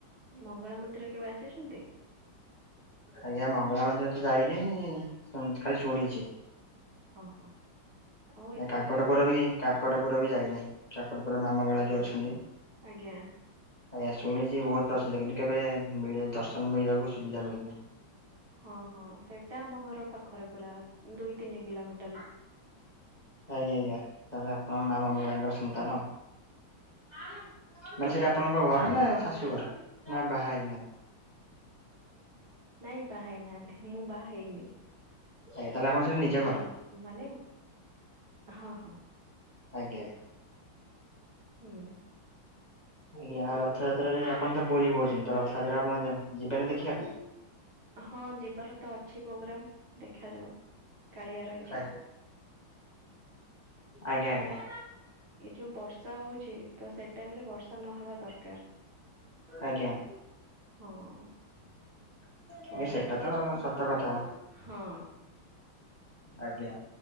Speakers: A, on the right (about 75°); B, on the left (about 20°).
A: ମଙ୍ଗଳା ମନ୍ଦିର କେବେ ଆସିଛନ୍ତି?
B: ଆଜ୍ଞା ମଙ୍ଗଳା ମନ୍ଦିର ତ ଯାଇନି ଶୁଣୁ ଖାଲି ଶୁଣିଛି।
A: ଓହୋ। ଆଉ ଏଥର
B: କାକଟପୁର
A: ରଥ
B: ବି କାକଟପୁର ବି ଯାଇନି କାକଟପୁର ମା ମଙ୍ଗଳା ଯୋଉ ଅଛନ୍ତି।
A: ଆଜ୍ଞା।
B: ଆଜ୍ଞା ଶୁଣିଛି ବହୁତ ପ୍ରସିଦ୍ଧ କିନ୍ତୁ କେବେ ମିଳି ଦର୍ଶନ ମିଳିବାକୁ ସୁବିଧା ମିଳୁନି।
A: ହଁ ହଁ ସେଇଟା ଆମ ଘର ପାଖରେ ପୁରା ଦୁଇ ତିନି କିଲମି
B: ଆଜ୍ଞା ଆଜ୍ଞା ତା ହେଲେ ଆପଣ ମା ମଙ୍ଗଳାଙ୍କର ସନ୍ତାନ।
A: ହଁ
B: ମାନେ ସେଟା ଆପଣଙ୍କ ଘର
A: ହଁ
B: ନା ଶାଶୁ ଘର ନା ବାହା ହେଇନାହାନ୍ତି?
A: ନାଇଁ ବାହାହେଇ ନାହାନ୍ତି ମୁଁ ବାହା ହେଇନି।
B: ଆଜ୍ଞା ତା ହେଲେ ଆପଣଙ୍କ ସେଟା ନିଜ ଘର?
A: ମାନେ ହଁ ହଁ।
B: ଆଜ୍ଞା।
A: ହୁଁ
B: ଯାହା ରଥଯାତ୍ରାରେ ଆପଣ ତ ପୁରୀ କହୁଛନ୍ତି ତ ରଥଯାତ୍ରା ଆପଣ ଯିବା ଯିବାନି ଦେଖିବା ପାଇଁ?
A: ହଁ ଯିବାର ତ ଅଛି ପ୍ରୋଗ୍ରାମ୍ ଦେଖାଯାଉ। କାଳିଆର ଇଚ୍ଛା
B: ଆ ଆଜ୍ଞା ଆଜ୍ଞା।
A: ଏ ଯୋଉ ବର୍ଷା ହଉଛି ତ ସେ ଟାଇମ୍ ରେ ବର୍ଷା ନ ହବା ଦରକାର।
B: ଆଜ୍ଞ।
A: ହଁ।
B: ଆଜ୍ଞା
A: ବର୍ଷା
B: ସେଟା
A: ତ ପୁରା ସ
B: ସତ କଥା
A: ହଁ।
B: ଆଜ୍ଞା।